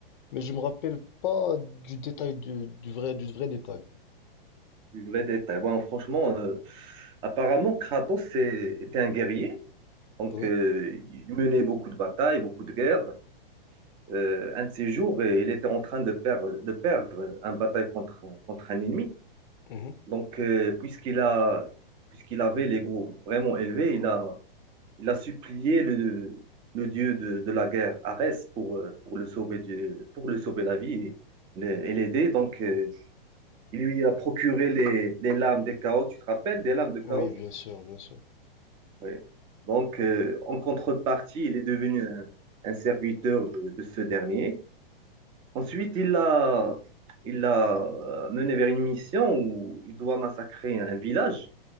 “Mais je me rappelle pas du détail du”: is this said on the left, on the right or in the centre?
Left